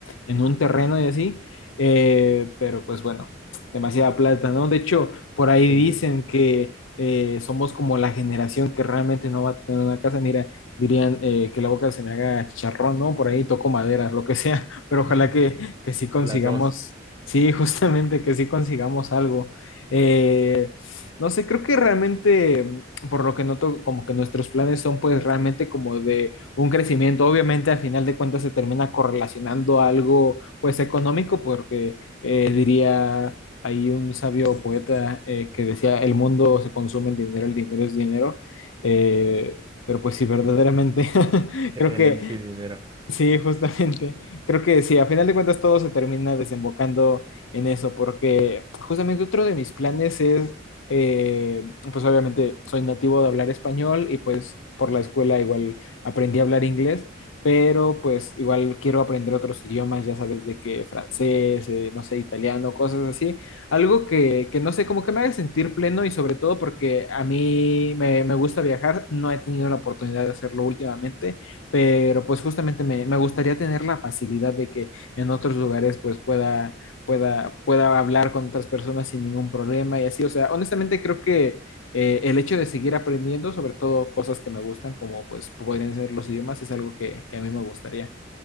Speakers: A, on the left; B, on the right.
A: en un terreno y así, eh, pero pues bueno, demasiada plata, ¿no? De hecho, por ahí
B: Sí,
A: dicen que eh, somos como la generación que realmente no va a tener una casa, mira, dirían eh, que la boca se me haga chicharrón, ¿no? Por ahí toco madera, lo que sea, <laughs> pero ojalá
B: <laughs>
A: que, que sí consigamos,
B: las dos,
A: sí, <laughs> justamente que sí consigamos algo. Eh, no sé, creo que realmente, mm, por lo que noto, como que nuestros planes son pues realmente como de un crecimiento. Obviamente, al final de cuentas, se termina correlacionando a algo, pues, económico, porque eh, diría ahí un sabio poeta eh, que decía, el mundo se consume en dinero, el dinero es dinero. Eh, pero pues sí, verdaderamente <laughs>
B: <laughs>
A: creo
B: el
A: que
B: MC dinero.
A: Sí, justamente. <laughs> Creo que sí, a final de cuentas todo se termina desembocando en eso, porque pues, justamente otro de mis planes es, eh, pues obviamente soy nativo de hablar español y pues por la escuela igual aprendí a hablar inglés, pero pues igual quiero aprender otros idiomas, ya sabes, de que francés, eh, no sé, italiano, cosas así. Algo que, que no sé, como que me haga sentir pleno y sobre todo porque a mí me, me gusta viajar, no he tenido la oportunidad de hacerlo últimamente pero pues justamente me, me gustaría tener la facilidad de que en otros lugares pues pueda, pueda, pueda hablar con otras personas sin ningún problema y así. O sea, honestamente creo que eh, el hecho de seguir aprendiendo, sobre todo cosas que me gustan, como pues podrían ser los idiomas, es algo que, que a mí me gustaría.